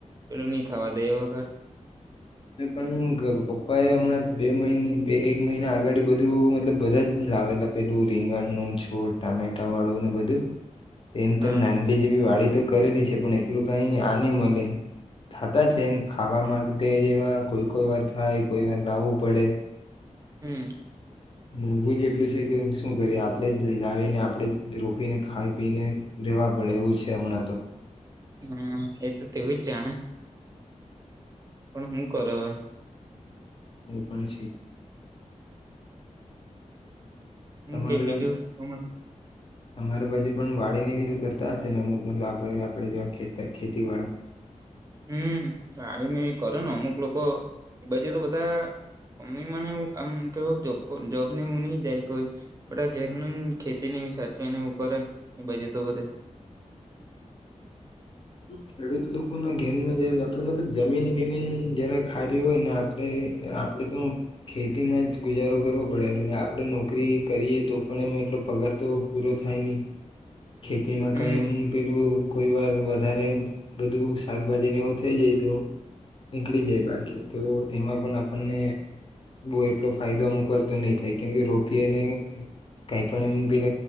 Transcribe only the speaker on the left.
અમે પણ પપ્પા એ હમણાં બે મહિ બે એક મહિના આગળ બધું મતલબ બધા જ લાવેલા પેલું રીંગણનું છોટ ટામેટા વાળું ને બધું, તેમ
તેમ નાંદલી જેવી વાડીી તો કરેલી છે. પણ એટલું કઈ, નાની મળે થાધા છે એમ ખાવા માં ગે કોઈ કોઈ વાર થાય કોઈ વાર લાવવું પડે
મોઘું જ એટલું છે, કે શું? કરીએ આપણે જ લાવીને આપણે રોપીને ખાઈ પીને રહેેવા પડે એવું છે, હમણાં તો
એ પણ છે
તમારે
તમારી બાજુ પણ વાડીને બીધ કરતા હશે, ને અમુક મતલબ આપણે આપે જોવાે ખેતી વાળા
ખેડૂત લોકોના ઘેનમાં જયારે આપણે મતલબ જમીન બીમીન જય્યારે ખારી હોય ને આપણે આપણેે તો ખેતીમાં જ ગુજારો કરવો પડે આપડણે નોકરી કરીએ તો પણ એમાં એટલો પગાર તો પૂરો થાય નહી. ખેતીમાં
કઈ એમ પેલું કો વધા બધું શાકભાજીને એવું થઈ જાય તો નીકળી જાય બાકી તો તેમાં પણ, આપણને બ એટલો ફાયદો અમુક વા તો નહી થાય કેમકે રોપીને કઈ, પણ એમ પ